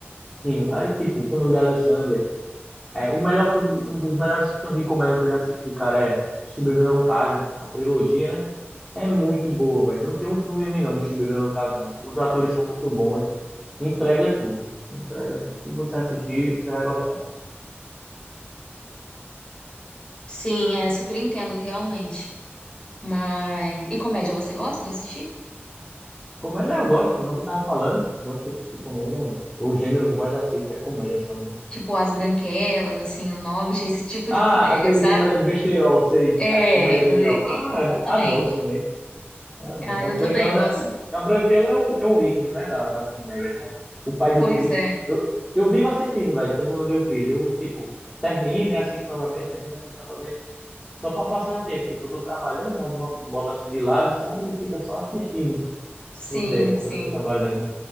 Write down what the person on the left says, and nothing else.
Sim, é, super entendo, realmente. Mas. E comédia você gosta de assistir?
Tipo, As Branquelas, assim, O Hobbit, esse tipo
de comédia,
sabe?
É,
e-
e- exatamente.
Ah, eu
também eu gosto.
Pois
é.
Sim,
sim.